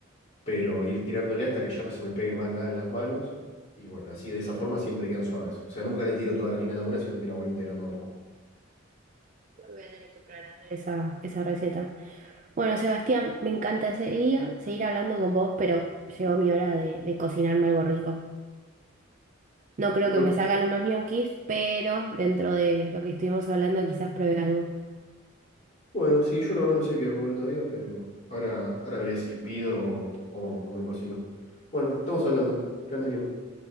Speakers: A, on the left; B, on the right.
A: pero ir tirándole hasta que ya no se me pegue más nada en las manos. Y bueno, así de esa forma siempre quedan suaves. O sea, nunca le tiro toda la harina de una, sino que la voy integrando a poco.
B: Voy a tener que probar a hacer eso. esa, esa receta. Bueno, Sebastián, me encanta ese día seguir hablando con vos, pero llegó mi hora de, de cocinarme algo rico. No creo
A: Bueno,
B: que me salgan unos ñoquis, pero dentro de lo que estuvimos hablando quizás pruebe algo.
A: bueno, sí, yo la verdad no sé qué voy a comer todavía, pero ahora, ahora veré si pido o, o me cocino. Bueno, estamos hablando. Que andes bien.